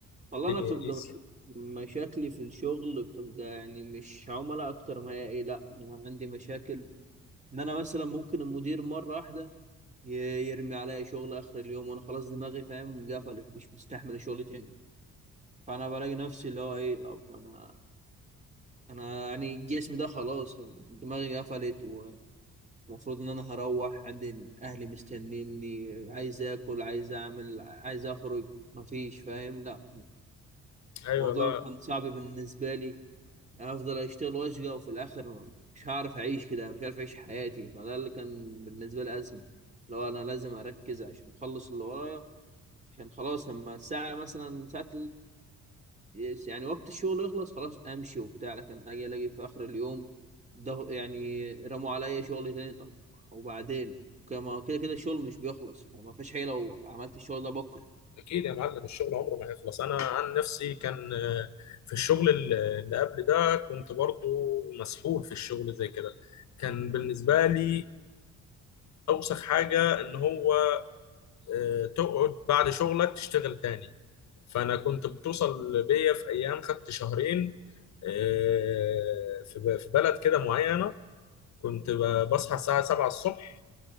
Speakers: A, on the right; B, on the left.
A: والله
B: الدنيا
A: انا بتبقى
B: ايزي
A: مش... مشاكلي في الشغل بتبقى يعني مش عملاء اكتر ما هي ايه لا انا عندي مشاكل ان انا مثلا ممكن المدير مرة واحدة ي- يرمي عليا شغل اخر اليوم وانا خلاص دماغي فاهم قفلت مش مستحمل الشغل تاني فانا بلاقي نفسي اللي هو ايه طب انا انا يعني جسمي ده خلاص يعني دماغي قفلت المفروض ان انا هروح عندي اهلي مستنيني عايز اكل عايز اعمل عايز اخرج مفيش فاهم لا
B: ايوه
A: الموضوع
B: لا
A: كان صعب بالنسبه لي انا افضل اشتغل واشقى وفي الاخر مش هعرف اعيش كده مش عارف اعيش حياتي فده اللي كان بالنسبه لي ازمه لو انا لازم اركز عشان اخلص اللي ورايا عشان خلاص لما الساعه مثلا ساعه يس يعني وقت الشغل يخلص خلاص امشي وبتاع لكن اجي الاقي في اخر اليوم ده يعني رموا عليا شغل تاني طب وبعدين كما كده كده الشغل مش بيخلص فما فيش حاجه لو عملت الشغل ده بكره
B: اكيد يا معلم الشغل عمره ما هيخلص انا عن نفسي كان آه، في الشغل ال- اللي قبل ده كنت برضو مسحول في الشغل زي كده كان بالنسبه لي اوسخ حاجه ان هو آه، تقعد بعد شغلك تشتغل تاني فانا كنت بتوصل بيا في ايام خدت شهرين آه، في ب- في بلد كده معينه كنت ب- بصحى الساعه 7 الصبح